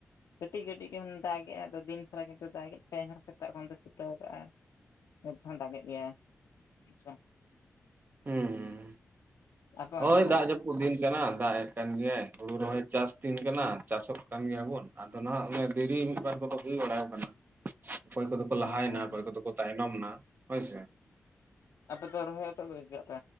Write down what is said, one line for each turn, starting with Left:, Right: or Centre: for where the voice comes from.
Left: ᱠᱟᱹᱴᱤᱡ ᱠᱟᱹᱴᱤᱡ ᱜᱟᱱ ᱫᱟᱜᱮᱫᱼᱟ ᱟᱫᱚ ᱫᱤᱱ ᱪᱷᱟᱨᱟ ᱠᱤᱱᱛᱩ ᱫᱟᱜᱮᱫ ᱛᱮᱭ ᱥᱮᱛᱟᱜ ᱠᱷᱚᱱ ᱫᱚ ᱪᱷᱩᱴᱟᱹᱣ ᱠᱟᱜᱼᱟ ᱾ ᱱᱤᱛ ᱦᱚ ᱫᱟᱜ ᱮᱫ ᱜᱮᱭᱟᱭ <unintelligible>
Right: ᱦᱮᱸ ᱦᱸ
Left: ᱟᱯᱮ
Right: ᱦᱳᱭ
Left: ᱚᱱᱛᱮ ᱫᱚ
Right: ᱫᱟᱜ
Left: ᱱᱟᱦᱟᱜ
Right: ᱡᱟᱹᱯᱩᱫ ᱫᱤᱱ ᱠᱟᱱᱟ ᱫᱟᱜ ᱮᱫ ᱠᱟᱱ ᱜᱮᱭᱟᱭ ᱦᱩᱲᱩ ᱨᱚᱦᱚᱭ ᱪᱟᱥ ᱫᱤᱱ ᱠᱟᱱᱟ ᱪᱟᱥ ᱠᱟᱱ ᱜᱮᱭᱟ ᱵᱚᱱ ᱟᱫᱚ ᱱᱟᱦᱟᱜ ᱚᱱᱮ ᱫᱮᱤ ᱢᱤᱫᱵᱟᱨ ᱠᱚᱫᱚ ᱦᱩᱭ ᱵᱟᱲᱟᱣ ᱟᱠᱟᱱᱟ᱾ ᱚᱠᱚᱭ ᱠᱚᱫᱚ ᱠᱚ
Left: ᱦᱮᱸ
Right: ᱞᱟᱦᱟᱭᱮᱱᱟ ᱚᱠᱚᱭ ᱠᱚᱫᱚ ᱠᱚ ᱛᱟᱭᱱᱚᱢ ᱱᱟ ᱦᱳᱭᱥᱮ᱾
Left: ᱟᱯᱮ ᱫᱚᱚ ᱨᱚᱦᱚᱭᱟ ᱛᱚ ᱵ ᱜᱮᱭᱟᱯᱮ?